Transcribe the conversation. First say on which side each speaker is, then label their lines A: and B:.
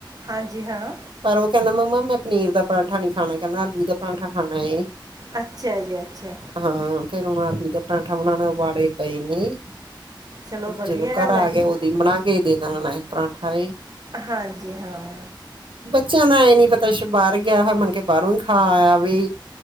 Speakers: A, on the right; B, on the right.
A: ਹਾਂਜੀ ਹਾਂ,
B: ਪਰ ਉਹ ਕੈਂਦਾ, ਮੰਮਾ ਮੈਂ ਪਨੀਰ ਦਾ ਪਰਾਂਠਾ ਨੀਂ ਖ਼ਾਨਾ ਕੈਂਦਾ, ਆਲੂ ਦਾ ਪਰਾਂਠਾ ਖਾਨਾ ਏ।
A: ਅੱਛਾ ਜੀ ਅੱਛਾ
B: ਹਾਂ ਫੇਰ ਹੁਣ ਆਲੂ ਦਾ ਪਰਾਂਠਾ ਬਣਾਣਾ ਵਾਲੇ ਪਏ ਨੇ।
A: ਚਲੋ ਵਧੀਆ
B: ਜਦੋਂ
A: ਗੱਲ
B: ਘਰ ਆ
A: ਹੈ ਜੀ
B: ਗਿਆ ਉਦੀ ਈ ਬਣਾ ਕੇ ਦੇਣਾ ਪਰਾਂਠਾ ਜੀ।
A: ਹਾਂਜੀ ਹਾਂ,
B: ਬੱਚਿਆਂ ਦਾ ਐ ਨੀ ਪਤਾ ਬਾਰ ਗਿਆ ਹੋਇਆ ਮੰਨ ਕੇ ਬਾਰੋਂ ਈ ਖਾ ਆਇਆ ਵੇ।